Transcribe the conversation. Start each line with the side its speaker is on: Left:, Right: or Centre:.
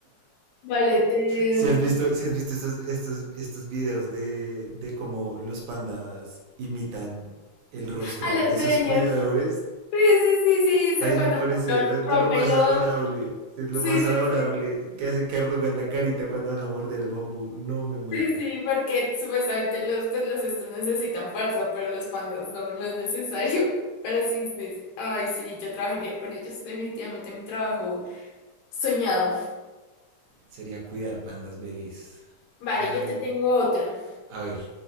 Left: Vale, te...
Right: Si has visto, si has visto estos, estos, estos videos de, de cómo los pandas imitan el rostro
Left: A los
Right: de
Left: dueños.
Right: sus cuidadores,
Left: Sí, sí, sí, sí, o
Right: ahí
Left: sea, cuando
Right: me parece
Left: lo
Right: la- de
Left: rompen
Right: lo más
Left: los...
Right: adorable. Es lo
Left: Sí,
Right: más
Left: sí,
Right: adorable
Left: sí,
Right: que hace que arrugan la carita cuando van a morder el bambú. No me muero.
Left: sí, sí, porque supuestamente los, pues, los estos necesitan fuerza, pero los pandas no, no es necesario. <laughs> Pero sí, sí, sí. Ay, sí, yo trabajaría con ellos, definitivamente mi trabajo soñado.
Right: Sería cuidar pandas bebés.
Left: Vale,
Right: Ay,
Left: yo te tengo otra.
Right: a ver.